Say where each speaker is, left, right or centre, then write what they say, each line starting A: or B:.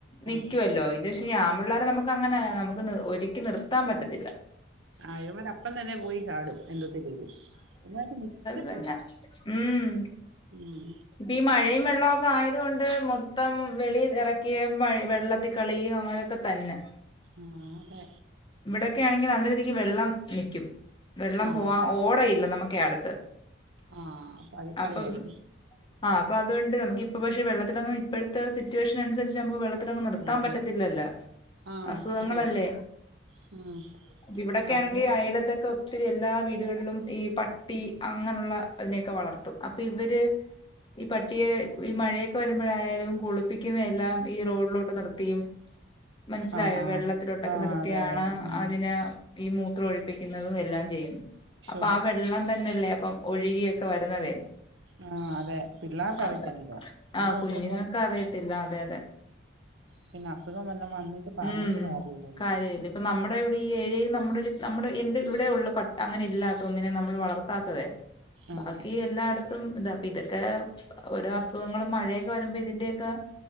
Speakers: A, on the left (about 25°); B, on the right (about 70°).
A: നിക്കുവല്ലോ
B: ആഹ്
A: ഇത് പക്ഷെ ഈ ആണ് ൺ പിള്ളേരെ നമുക്ക് അങ്ങനെ നമുക്ക് ഒ ഒരുക്കി നിർത്താൻ പറ്റത്തില്ല.
B: അവന്മാര് അപ്പം തന്നെ പോയി ച്ചാടും എന്തത്തിലേലും അവന്മാർക്ക് നിക്ക
A: ന്ന ഉം
B: ഉം
A: പ്പംഈ മഴയും വെള്ള വെള്ളമൊക്കെ ആയതോണ്ട് മൊത്തം വെളിൽ ഇറക്കിയാ വെള്ളത്തിൽ കളിയും അങ്ങനെയൊക്കെ തന്നെ
B: ആ അതെ
A: ഇവിടെക്കെ ആണെങ്കി നല്ല രീതിക്ക് വെള്ളം നിക്കും. വെള്ളം
B: ആഹ്
A: പോവാൻ ഓടയില്ല നമു ക്കെ അടുത്ത്.
B: ആഹ് അതിക്കളിയായിരിക്കും
A: അപ്പൊ ആ അപ്പ അതുണ്ട് നമുക്കി അ പക്ഷെ വെള്ളത്തില ഇപ്പോഴത്തെ സിറ്റുവേഷനസരിച്ച് നമ്മുക്ക് വെള്ളം അത്രൊന്നും നിർത്താൻ
B: അതെ
A: പറ്റത്തില്ലല്ലോ
B: ആഹ്
A: അസുഖങ്ങളല്ലേ
B: ശരിയാ ഉം
A: അപ്പ ഇവിടക്കെ
B: അസുഖം
A: ആണെങ്കിൽ അയലത്തൊക്കെ ഒത്തിരി എല്ലാ വീടുകളിലും ഈ പട്ടി അങ്ങനെയുള്ള അതിനെയൊക്കെ വളർത്തും അപ്പൊ ഇവര് ഈ പട്ടിയെ ഈ മഴയൊക്കെ വരുമ്പോഴായാലും കുളിപ്പിക്കുന്ന എല്ലാം ഈ റോഡിലോട്ട് നിർത്തിയും മനസ്സിലായോ
B: ആഹാ
A: വെള്ളത്തിലോട്ടൊക്കെ
B: ആഹ്
A: നിർത്തിയാണ്
B: അതെ അതെ ഉം
A: അതിനെ ഈ മൂത്രം ഒഴിപ്പിക്കുന്നതും എല്ലാം ചെയ്യു
B: ശോ
A: അപ്പൊ ആ വെള്ളം തന്നെല്ലേ ഇപ്പം ഒഴുകിയൊക്കെ വരുന്നതേ
B: ആ അതെ പിള്ളേർക്ക അറിയത്തില്ലല്ലോ
A: അത്
B: അത്
A: ആ
B: നോക്കുമ്പം
A: കുഞ്ഞുങ്ങൾക്ക് അറിയത്തില്ല അതെ അതെ
B: പിന്നെ അസുഖം <unintelligible> വന്നിട്ട് പറഞ്ഞിട്ട്
A: ഉം
B: കാര്യ ഇില്ലല്ലോ
A: കാര്യമില്ല ഇപ്പൊ നമ്മുടെ ഇവിടെ ഈ ഏരിയയിൽ നമ്മുടെ ഒരു നമ്മുടെ എന്റെ ഇവിടെ ഉള്ള പട്ട അങ്ങനെ ഇല്ലാത്ത ഒന്നിനെ നമ്മൾ വളർത്താത്തതെ
B: ആഹ്
A: ബാക്കി എല്ലായിടത്തും അതാ അപ്പൊ ഇതൊക്കെ ഓരോ അസുഖങ്ങളും മഴയൊക്കെ വരുമ്പോ ഇതിന്റെക്കെ